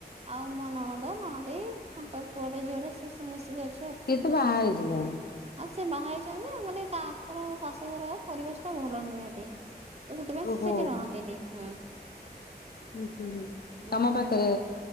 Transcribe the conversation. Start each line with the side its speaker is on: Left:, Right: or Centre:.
Right: ଆଉ ମୋ ନଣଦ ନଣଦେଇ ତାଙ୍କ ପୁଅଟେ ଝିଅଟେ ସେ ସବୁ ମିଶିକି ଅଛ
Left: ସିଏ ତ ବାହା ହେଇଯିବ ଣି।
Right: ଆଉ ସେ ବାହା ହେଇଛନ୍ତି ଯେ ମାନେ ତାଙ୍କର ଶାଶୁ ଘର ପରିବେଶ ଟା ଭଲ ନୁହେଁ ସେଠି। ତ ସେଥି ପାଇଁ
Left: ଓହୋ
Right: ସେଇଠି ରହନ୍ତିନିଁ ହୁଁ।
Left: ହୁଁ ହୁଁ ହୁ
Right: ହୁଁ।
Left: ତମ ପାଖରେ